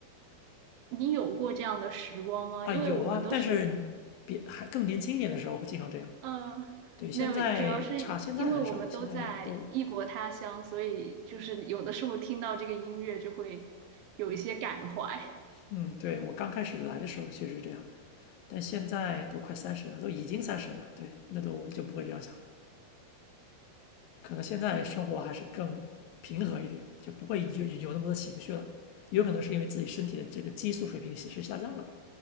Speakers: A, on the right; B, on the left.
A: 你有过这样的时光吗？
B: 啊，
A: 因为我们都是，
B: 有啊，但是别还更年轻一点的时候会经常这样。
A: 嗯、
B: 对，现在差，
A: 那主要是因为我们都在异国他乡，
B: 现在很少了，现在都
A: 所以就是有的时候听到这个音乐就会有一些感怀。
B: 嗯，对我刚开始来的时候确实这样，但现在都快三十了，都已经三十了，对，那都就不会这样想了。可能现在生活还是更平和一点，就不会有有那么多情绪了。也有可能是因为自己身体的这个激素水平是下降了。